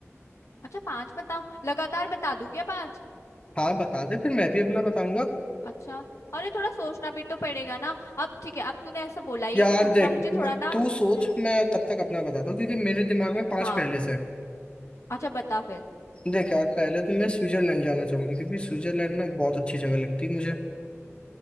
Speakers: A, on the left; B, on the left.
A: अच्छा पांच बताओ लगातार बता दूं क्या पांच
B: हाँ बता दे फिर मैं भी अपना बताऊंगा
A: अच्छा अरे थोड़ा सोचना भी तो पड़ेगा ना अब ठीक है अब तूने ऐसा बोला ये
B: यार
A: तो दूसरा
B: देख
A: मुझे
B: मैं-
A: थोड़ा ना
B: तू
A: हम्म
B: सोच मैं तब तक अपना बताता हूँ क्योंकि मेरे दिमाग में पांच
A: हाँ
B: पहले से हैं।
A: अच्छा बता फिर
B: देख यार पहले तो मैं स्विट्जरलैंड जाना चाहूंगा क्योंकि स्विट्जरलैंड ना बहुत अच्छी जगह लगती है मुझे